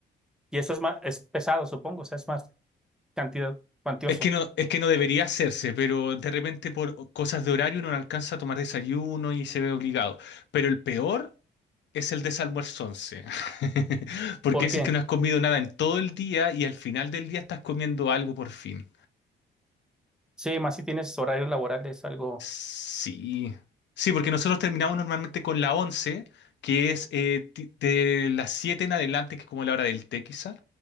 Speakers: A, in the centre; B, on the left.
A: y eso es más, es pesado, supongo, o sea, es más cantidad, cuantioso.
B: Es que no, es que no debería hacerse, pero de repente por cosas de horario uno no alcanza a tomar desayuno y se ve obligado. Pero el peor Es el desalmuerzonce. <laughs> Porque
A: ¿Por
B: ese
A: qué?
B: es que no has comido nada en todo el día y al final del día estás comiendo algo por fin.
A: Sí, más si tienes horario laboral, es algo.
B: Sí. Sí, porque nosotros terminamos normalmente con la 11, que es eh, ti- de las 7 en adelante, que es como la hora del té quizá,